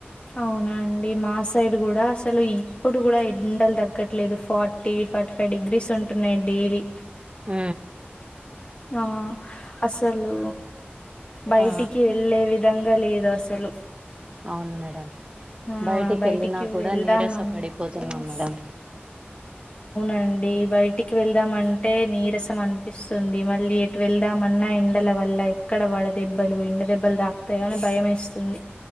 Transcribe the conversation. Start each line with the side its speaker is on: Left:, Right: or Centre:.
Left: అవునా అండి మా సైడ్ కూడా అసలు ఇప్పుడు కూడా ఎండలు తగ్గట్లేదు ఫార్టీ ఫార్టీ ఫైవ్ డిగ్రీస్ ఉంటున్నాయి డైలీ
Right: ఊ
Left: ఆ అసలు బయటికి
Right: ఆ
Left: వెళ్ళే విధంగా లేదు అసలు
Right: అవును మేడం
Left: ఆ
Right: బయటికి వెళ్ళినా కూడా
Left: వెళ్దాం
Right: నీరస
Left: అంటే
Right: పడిపోతున్నాం మేడం
Left: అండి బయటికి వెళ్దామంటె నీరసం అనిపిస్తుంది మళ్ళీ ఎటు వెళ్దామన్నా ఎండల వల్ల ఇక్కడ వడ దెబ్బలు ఇండ దెబ్బలు తాకుతాయని భయం వేస్తుంది